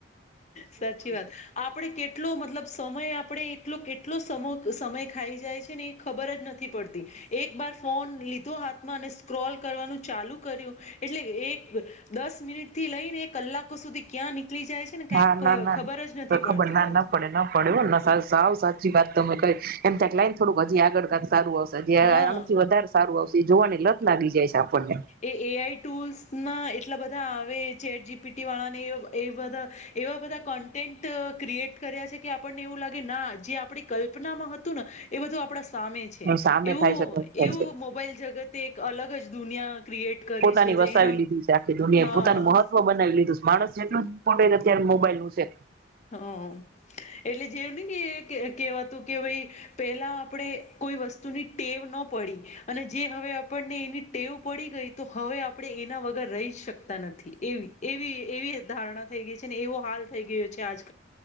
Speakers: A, on the left (about 40°); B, on the right (about 50°).
A: સાચી વાત આપડે કેટલો મતલબ સમય આપણે એટલો એટલો સમ સમય જાય ખબર જ નથી પડતી, એક ફોન લીધો હાથ- ક્રોલ કરવાનું ચાલુ કર્યું, એટલે એક દસ મિનિટ થી લઈને કલાકો સુધી ક્યાં નીકળી જાય છે ને
B: ના
A: કઈક
B: ના ના
A: ખબર જ નથી
B: ખબર
A: પડતી
B: ના
A: એની
B: ના પડે ના પડ સાવ સાચી વાત તમે ક એમ ક્યાંક લાઈને થોડુંક હજી આગળ સારું આવશે જે આનાથી
A: હા
B: વધારે સારું આવશે જોવાને લત નાાગી જાય છે. આપણને
A: એ એ આઈ ટૂલ્સ ના એટલા બધા આવે ચેટ જીપીટી વાળાને એ બધા એવા બધા કન્ટેન્ટ ક્રિએટ કર્યા છે કે આપણને એવું લાગે ના જે આપણી કલ્પનામાં હતું ને એ બધું આપણા સામે છે
B: સામે
A: એવું
B: થાય છે થાય
A: એવું
B: છે
A: મોબાઈલ જગતે એક અલગ જ દુનિયા ક્રિએટ કરી
B: પોતાની
A: છે
B: વસાવી
A: જે એના
B: લીધી છે આખી દુનિયાએ
A: હા
B: પોતાનું મહત્વ બનાવી લીધું છે માણસ જેટલું ઈમ્પોર્ન્ટ છે અત્યારે મોબાઈલ હ છે
A: હમ એટલે જેવું નને કે કેવાતું કે ભાઈ પેલા આપણે કોઈ વસ્તુની ટેવ ના પડી અને જે હવે આપણને એની ટેવ પડી ગઈ તો હવે આપણે એના વગર રહી શક તા નથી એ એવી એવી ધારણા થઈ ગઈ છે ને એવો હાલ થઈ ગયો છે. ચાર્જ